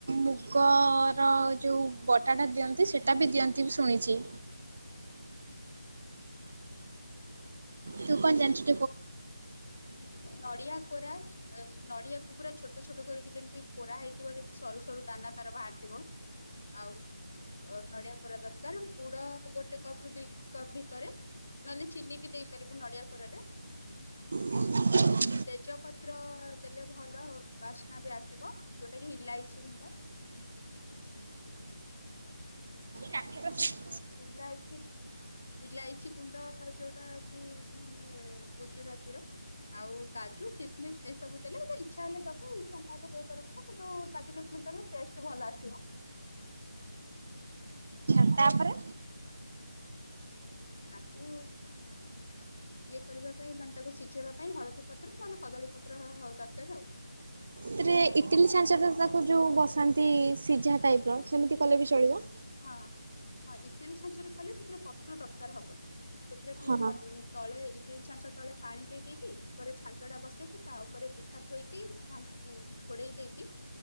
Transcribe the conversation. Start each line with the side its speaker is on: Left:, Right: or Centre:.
Right: ମୁଗର ଯୋଉ ବ ଟାଟା ଦିଅନ୍ତି ସେଇଟା ବି ଦିଅନ୍ତି ବି ଶୁଣିଚି। ତୁ କଣ ଜାଣିଚୁ?
Left: ନଡିଆ କୋରା ନଡିଆକୁ ପୁରା ଛୋ ଛୋଟ ଛୋଟ କରିକି ଯେମିତି କୋରା ହେଇଥିବ ଯେମିତି ସରୁ ସରୁ ଦାନା ତାର ବାହାରିଥିବ। ଆଉ ଅ ନଡିଆ କୋରା ଦରକାର। ଗୁଡ ଗୋଟେ କପରୁ ଦୁଇ କପ୍ ଭିତରେ। ନହେଲେ ଚିନି ବି ଦେଇପାରିବୁ ନଡିଆ କୋରାରେ।
Right: <inaudible>
Left: ତେଜ ପତ୍ର ଦେଲେ ଭଲ ବାସ୍ନା ବି ଆସିବ ଯୋଉଟା କି ଇଲାଇଚି ଗୁଣ୍ଡ।
Right: ଆଚ୍ଛା
Left: ଇଲାଇଚି ଇଲାଇଚି ଗୁଣ୍ଡ ଯୋଉଟା କି ମାନେ ଗୁଜୁରାତିର। ଆଉ କାଜୁ ଖିସମିସ୍ ଏସବୁ ଦେଲେ ଏଇଟା ଇଛା ହେଲେ ଦେବୁ ଇଚ୍ଛା ନ ହେଲେ ଦେଇ ପାରିବୁ କିନ୍ତୁ କାଜୁ କିସମିସ୍ ଦେଲେ ଟେଷ୍ଟ ଭଲ ଆସିବ।
Right: ତା ପରେ
Left: ତାକୁ ଇଏ କରିବା ପାଇଁ ମାନେ ତାକୁ ସିଝେଇବା ପାଇଁ ହଳଦୀ ପତ୍ର ନହେଲେ କଦଳୀ ପତ୍ର ଦରକାର ଆଉ।
Right: ସେଥିରେ ଇଟିଲି ଛାଞ୍ଚଟା ତାକୁ ଯେଉଁ ବସାନ୍ତି ସିଝା ଟାଇପର ସେମିତି କଲେ ବି ଚଳିବ।
Left: ହଁ ହଁ ଇଟିଲି ଛାଞ୍ଚରେ କଲେ ସେଥିରେ ପତ୍ର ଦରକାର ହବନି। ସେଥିରେ ଖାଲି
Right: ହଁ।
Left: ନ
Right: ହଁ
Left: ତଳେ ଇଟିଲି ଛାଞ୍ଚ ତଳେ ପାଣି ଦେଇ ଦେଇକି ଉପରେ ଛାଞ୍ଚଟା ବସେଇକି ତା ଉପରେ ପିଠା ଥୋଇକି ଢାଙ୍କ ଘୋଡେଇ ଦେଇକି